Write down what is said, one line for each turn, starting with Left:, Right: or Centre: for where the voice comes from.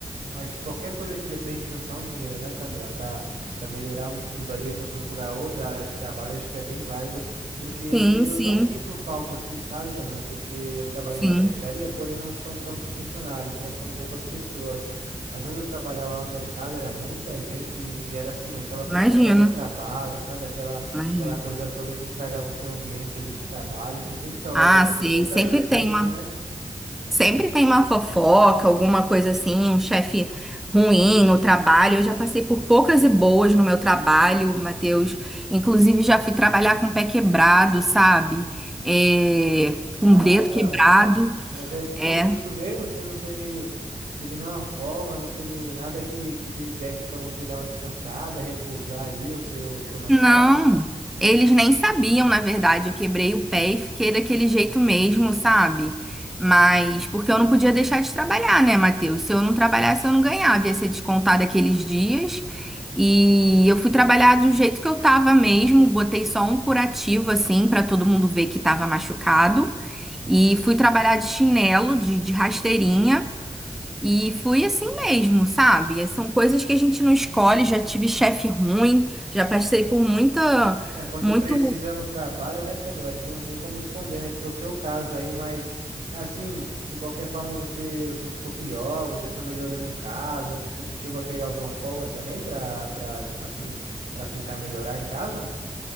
Right: Eu acho que qualquer coisa que dê pra gente juntar um dinheiro, né, Camila, para para melhorar um estudo ali, para procurar outra área de trabalho, acho que é bem válido, porque
Centre: Sim,
Right: o que eu
Centre: sim,
Right: não sinto falta, assim, sabe, Camila, porque eu trabalhei
Centre: sim.
Right: na peixaria, porém não são tantos funcionários, né, são poucas pessoas, mas onde eu trabalhava lá no mercado era muita gente e era, assim, aquela fofoca
Centre: Imagino,
Right: de trabalho, sabe, aquela,
Centre: imagino.
Right: aquela coisa toda que estragava o seu ambiente ali de trabalho, você sente saudade
Centre: Ah,
Right: desse,
Centre: sei,
Right: disso aí também
Centre: sempre
Right: não sente,
Centre: tem uma,
Right: né?
Centre: sempre tem uma fofoca, alguma coisa assim, um chefe ruim no trabalho. Eu já passei por poucas e boas no meu trabalho, Matheus. Inclusive, já fui trabalhar com o pé quebrado, sabe? É,
Right: Caraca,
Centre: com o dedo quebrado.
Right: Mas aí ficou
Centre: É.
Right: por isso mesmo, você não teve, não teve nenhuma folga, não teve nada que, que de- desse para você dar uma descansada, repousar ali o seu, o seu machucado.
Centre: Não, eles nem sabiam, na verdade. Eu quebrei o pé e fiquei daquele jeito mesmo, sabe? Mas porque eu não podia deixar de trabalhar, né, Matheus? Se eu não trabalhasse, eu não ganhava, ia ser descontado aqueles dias. E eu fui trabalhar do jeito que eu tava mesmo, botei só um curativo assim pra todo mundo ver que tava machucado. E fui trabalhar de chinelo, de, de rasteirinha. E fui assim mesmo, sabe? São coisas que a gente não escolhe. Já tive chefe ruim, já passei por muita,
Right: Né, quando
Centre: muito
Right: precisa no trabalho, né, Camila? Acho que não tem como esconder, né? Que foi o seu caso aí, mas assim, de qualquer forma você, você ficou pior, você foi melhorando em casa, você chegou a pegar alguma folga também para para assim, para tentar melhorar em casa?